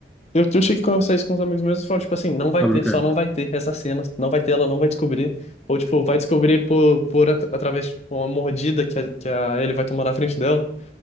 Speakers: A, on the left; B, in the centre.
A: Eu, eu cheguei a conversar isso com os amigos meus e falo, tipo assim, não vai
B: Sobre
A: ter,
B: o que
A: só
B: é.
A: não vai ter essa cena, não vai ter, ela não vai descobrir. Ou, tipo, vai descobrir por, por at- através de tipo, uma mordida que, a, que a, ele vai tomar na frente dela,